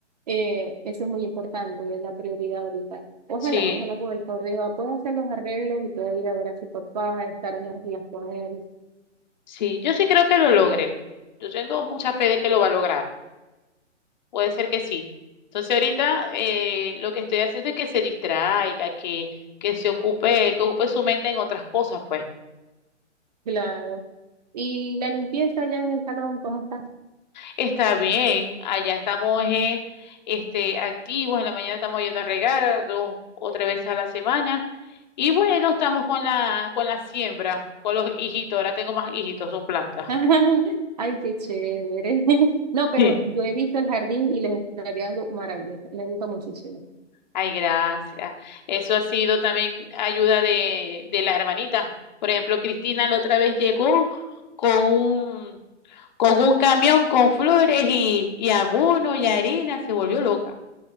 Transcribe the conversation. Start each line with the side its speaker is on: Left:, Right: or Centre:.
Right: eh, eso es muy importante, es la prioridad ahorita. Ojalá,
Left: Sí,
Right: ojalá con el favor de Jehová pueda hacer los arreglos y pueda ir a ver a su papá, estar unos días con él.
Left: sí, yo sí creo que lo logre. Yo tengo mucha fe de que lo va a lograr. Puede ser que sí. Entonces ahorita eh, lo que estoy haciendo es que se distraiga, que, que se ocupe, que ocupe su mente en otras cosas, pues.
Right: Claro. Y la limpieza ya en el salón, ¿cómo está?
Left: Está bien, allá estamos eh, este, activos, en la mañana estamos yendo a regar dos o tres veces a la semana y bueno, estamos con la, con la siembra, con los hijitos, ahora tengo más hijitos, son plantas.
Right: <laughs>
Left: <laughs>
Right: Ay, qué chévere. <laughs> No, pero
Left: Sí.
Right: yo he visto el jardín y les está quedando maravilloso. Me gusta muchísimo.
Left: Ay, gracias. Eso ha sido también ayuda de, de las hermanitas. Por ejemplo, Cristina la otra vez llegó con un, con un camión con flores y, y abono y arena, se volvió loca.